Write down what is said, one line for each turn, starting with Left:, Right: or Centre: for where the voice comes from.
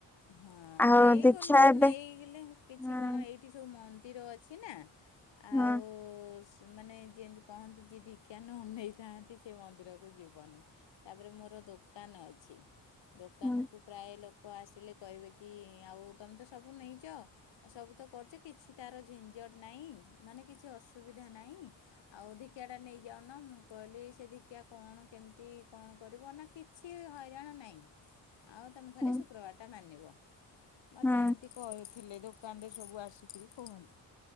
Left: ହଁ
Centre: ଆଉ
Left: ନେଇଗଲୁ
Centre: ଦୀକ୍ଷା ଏବେ
Left: ନେଇଗଲେ କିଛି
Centre: ହୁଁ
Left: କଣ ଏଇ ଏଠିସବୁ ମନ୍ଦିର ଅଛିନା ଆଉ
Centre: ହୁଁ
Left: ଉୁଁ ଉୁଁ ମାନେ। ଯେମିତି କହନ୍ତି ଯିଏ ଦିକ୍ଷା ନୁ ଅନେଇଥାନ୍ତି ସେ ମନ୍ଦିରକୁ ଯିବନି। ତାପରେ ମୋର ଦୋକାନ ଅଛି ଦୋକାନ
Centre: ହୁଁ
Left: କୁ ପ୍ରାୟ ଲୋକ ଆସିଲେ କହିବେ କି-ଇ-ଇ ଆଉ ତମେ ତ ସବୁ ନେଇଛ ଆ ସବୁ ତ କରୁଛ କିଛି ତାର ଝିନ୍ ଝଟ୍ ନାହିଁ ମାନେ କିଛି ଅସୁବିଧା ନାହିଁ। ଆଉ ଦିକ୍ଷା ଟା ନେଇଯାଉନ ମୁଁ କହିଲି ସେ ଦିକ୍ଷା କଣ କେମିତି କଣ କରିବ ନା କିଛି ହଇରାଣ ନାଇଁ। ଆଉ ତମେ ଖାଲି
Centre: ହୁଁ
Left: ଶୁକ୍ରବାର ଟା ମାନିବ ମତେ
Centre: ହୁଁ
Left: ଏମତି କରୁଥିଲେ ଦୋକାନରେ ସବୁ ଆସିକିରି କୁହନ୍ତି